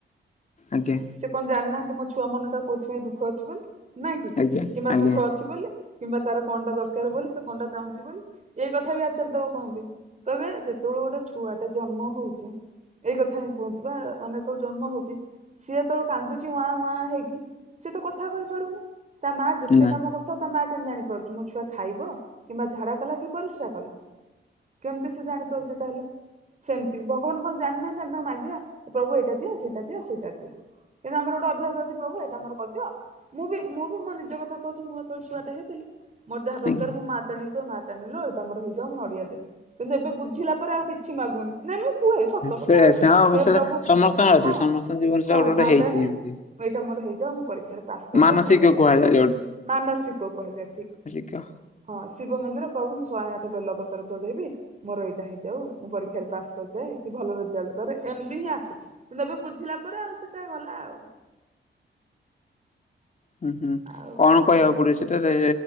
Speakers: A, on the left; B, on the right.
A: ଆଜ୍ଞା।
B: ସେ କଣ ଜାଣିନାହାନ୍ତି ମୋ ଛୁଆ ମନଟା କୋଉଥିପାଇଁ ଦୁଃଖ ଅଛି ବୋଲି ନାଇଁ କି
A: ଆଜ୍ଞା
B: କିମ୍ବା
A: ଆଜ୍ଞା
B: ସୁଖ ଅଛି ବୋଲି। କିମ୍ବା ତାର କଣଟା ଦରକାର ବୋଲି, ସେ କଣଟା ଚାହୁଁଛି ବୋଲି, ଏଇ କଥା ବି ଆଚାର୍ଯ୍ୟ ଦେବ କହନ୍ତି। କହିବେ ଯେତେବେଳେ ଗୋଟେ ଛୁଆ ଟା ଜନ୍ମ ହଉଛି। ଏଇ କଥା ହିଁ କୁହନ୍ତି ବା ଅନେକ ଜନ୍ମ ହଉଛି। ସିଏ ତ କାନ୍ଦୁଛି ୱଆଁ ୱଆଁ ହେଇକି ସିଏ ତ କଥା କହିପାରୁନି। ତା ମା ଯେତେ
A: ନା
B: କାମ କରୁଥାଉ ତା ମା କେମିତି ଜାଣିପାରୁଚି ମୋ ଛୁଆ ଖାଇବ। କିମ୍ବା ଝାଡ଼ା କଲା କି ପରିସ୍ରା କଲା କେମିତି ସେ ଜାଣି ପାରୁଛି ତାହେଲେ। ସେମିତି ଭଗବାନ କଣ ଜାଣି ନାହାଁନ୍ତି ଆମେ ତାଙ୍କୁ ମାଗିବା ପ୍ରଭୁ ଏଇଟା ଦିଅ, ସେଇଟା ଦିଅ, ସେଇଟା ଦିଅ। କିନ୍ତୁ ଆମର ଗୋଟେ ଅଭ୍ୟାସ ଅଛି ପ୍ରଭୁ ଏଇଟା ମୋର କରିଦିଅ। ମୁଁ ବି ମୁଁ ବି ମୋ ନିଜ କଥା କହୁଛି ମୁଁ ଯେତେବେଳେ ଛୁଆଟେ ହେଇଥିଲି। ମୋର ଯାହା ଦରକାର
A: ଆଜ୍ଞା।
B: ମୋ ମା ତାରିଣୀ କି କହେ, ମାତାରିଣୀ ଲୋ ଏଇଟା ମୋର ହେଇଯାଉ, ମୁଁନଡ଼ିଆ ଦେବି। କିନ୍ତୁ ଏବେ ବୁଝିଲା ପରେ ଆଉ କିଛି ମାଗୁନି, ନାଇଁ ମୁଁ କୁହେ ସତ
A: ସେ
B: କଥା ଆଉ
A: ସେ ହଁ ଅବଶ୍ୟ
B: ହେ ପ୍ରଭୁ
A: ସମସ୍ତଙ୍କର ଅଛି
B: ହଁ
A: ସମସ୍ତଙ୍କ ଜୀବନ ସେଟା
B: ହଁ
A: ଗୋଟେ ଗୋଟେ
B: ମାତାରିଣୀ।
A: ହେଇଛି ଯେମିତି
B: ମୁଁ ଏଇଟା ମୋର ହେଇଯାଉ ମୁଁ ପରୀକ୍ଷାରେ ପାସ୍ କରିଯାଏ
A: ମାନସିକ
B: ନଡ଼ିଆ ଦେବିଲୋ
A: କୁହାଯାଏ
B: ମା ମାନସିକ କୁହାଯାଏ ଠିକ୍।
A: ଜ୍ଞ
B: ହଁ ଶିବ ମନ୍ଦିର ପ୍ରଭୁ ମୁଁ ଶହେ ଆଠ ବେଲପତ୍ର ଚଢେଇବି। ମୋର ଏଇଟା ହେଇଯାଉ, ମୁଁ ପରୀକ୍ଷାରେ ପାସ୍ କରିଯାଏ, କି ଭଲ ରେଜଲ୍ଟ କରେ, ଏମିତି ହିଁ ଆସେ। ଯେବେ ବୁଝିଲା ପରେ ଆଉ ସେଟା ଗଲା ଆଉ।
A: ହୁଁ ହୁଁ
B: ଆଉ
A: କଣ କହିବାକୁ
B: ଏଇଆ
A: ପଡ଼ିବ
B: କଥା।
A: ସେଟାରେ